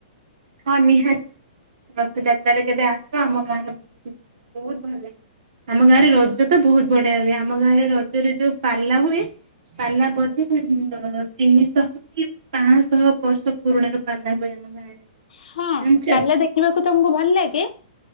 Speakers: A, on the right; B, on the left.
A: ହଁ ନିହାତି ରଥଯାତ୍ରାରେ କେବେ ଆସ ଆମ ଗାଁରେ ବୁଲ ଯିବ ବହୁତ ଭଲ ଲାଗିବ। ଆମ ଗାଁରେ ରଜ ତ ବହୁତ ବଢିଆ ହୁଏ ଆମ ଗାଁରେ ରଜରେ ଯୋଉ ପାଲା ହୁଏ। ପାଲା ବୋଧେ ତିନିଶହ କି ପାଁଶହ ବର୍ଷ ପୁରୁଣାର ପାଲା ହୁଏ ଆମ ଗାଁରେ।
B: ହଁ
A: ଜାଣିଛ?
B: ପାଲା ଦେଖିବାକୁ ତମକୁ ଭଲ ଲାଗେ?